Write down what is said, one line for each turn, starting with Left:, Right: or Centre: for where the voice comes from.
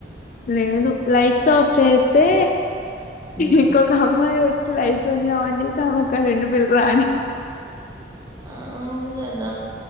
Left: లేదు లైట్స్ ఆఫ్ చేస్ తే
Right: నిద్ర
Left: ఇంకొక
Right: వస్త-
Left: అమ్మాయి వ లైట్స్ అన్ని ఆన్ చేస్తా ఆమెక్ కరెంట్ బిల్లు రాని.
Right: అవును కదా